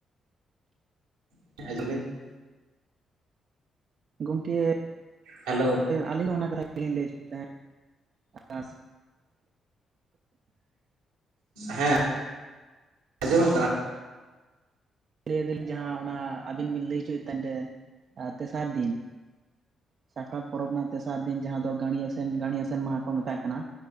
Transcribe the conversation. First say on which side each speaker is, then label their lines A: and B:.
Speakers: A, on the right; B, on the right.
A: <unintelligible>
B: ᱜᱚᱝᱠᱮ
A: ᱦᱮᱞᱳ
B: ᱟᱹᱞᱤᱧ ᱦᱚᱸ ᱚᱱᱟ ᱠᱟᱛᱷᱟ ᱜᱮᱞᱤᱧ ᱞᱟᱹᱭ ᱦᱚᱪᱚ ᱛᱟᱦᱮᱸᱫ <inaudible>
A: ᱦᱮᱸ ᱟᱸᱡᱚᱢᱚᱜ ᱠᱟᱱᱟ
B: ᱞᱟᱹᱭᱫᱟᱞᱤᱱ ᱡᱟᱦᱟᱸ ᱚᱱᱟ ᱟᱹᱵᱤᱱ ᱵᱤᱱ ᱞᱟᱹᱭ ᱦᱚᱪᱚᱭᱮᱫ ᱛᱟᱦᱮ <unintelligible> ᱛᱮᱥᱟᱨ ᱫᱤᱱ ᱥᱟᱠᱨᱟᱛ ᱯᱚᱨᱚᱵᱽ ᱨᱮᱱᱟᱜ ᱛᱮᱥᱟᱨ ᱫᱤᱱ ᱡᱟᱦᱟᱸ ᱫᱚ ᱜᱟᱲᱤ ᱟᱥᱮᱱ ᱜᱟᱲᱤ ᱟᱥᱮᱱ ᱢᱟᱦᱟ ᱠᱚ ᱢᱮᱛᱟᱜ ᱠᱟᱱᱟ